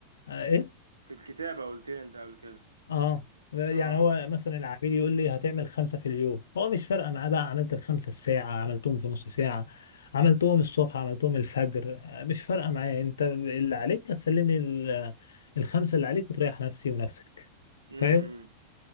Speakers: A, on the left; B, on the right.
A: آه، إيه؟
B: في الكتابة قلت لي انت قبل كده
A: اه يعني
B: اه
A: هو مثلا العميل يقول لي هتعمل خمسة في اليوم هو مش فارقة معاه بقى عملت الخمسة في ساعة عملتهم في نص ساعة عملتهم الصبح عملتهم الفجر آه، مش فارقة معايا انت اللي عليك هتسلم لي ال- الخمسة اللي عليك وتريح نفسي ونفسك
B: امم
A: فاهم